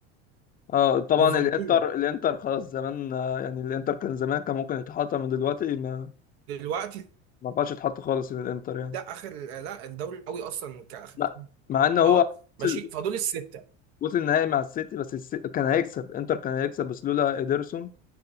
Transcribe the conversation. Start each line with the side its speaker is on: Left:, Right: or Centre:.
Left: اه طبعا
Right: ليفربول
Left: الانتر الانتر خلاص زمان آه، يعني الانتر كان زمان كان ممكن يتحط من دلوقتي ما
Right: دلوقتي
Left: ما بقاش يتحط خالص من الانتر يعني
Right: لا اخر لا الدوري قوي اصلا كاخر
Left: لا مع ان
Right: اه
Left: هو وصل
Right: ماشي فدول السته
Left: وصل النهائي مع السيتي بس السي... كان هيكسب انتر كان هيكسب بس لولا اديرسون